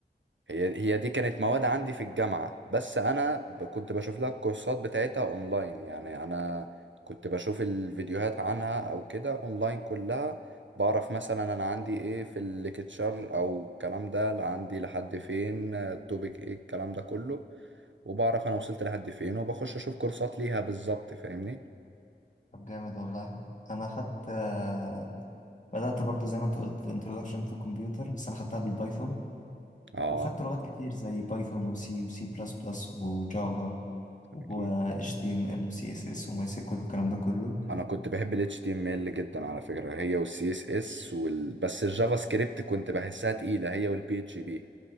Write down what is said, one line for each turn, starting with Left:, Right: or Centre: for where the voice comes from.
Right: هي هي دي كانت مواد عندي في الجامعة بس أنا ب- كنت بشوف لها الكورسات بتاعتها أونلاين يعني أنا كنت بشوف الفيديوهات عنها أو كده أونلاين كلها بعرف مثلا أنا عندي إيه في الليكتشر أو الكلام ده لا عندي لحد فين التوبيك إيه الكلام ده كله وبعرف أنا وصلت لحد فين وبخش أشوف كورسات ليها بالظبط فاهمني؟
Left: طب جامد والله انا خدت آه، بدأت برضو زي ما انت قلت introduction to computer بس انا خدتها بالبايثون
Right: آه
Left: وخدت لغات كتير زي بايثون وسي وسي بلس بلس وجافا و
Right: أكيد
Left: HTML و CSS و MySQL والكلام ده كله
Right: انا كنت بحب ال HTML جدا على فكرة هي وال CSS وال... بس الجافا سكريبت كنت بحسها تقيلة هي وال PHP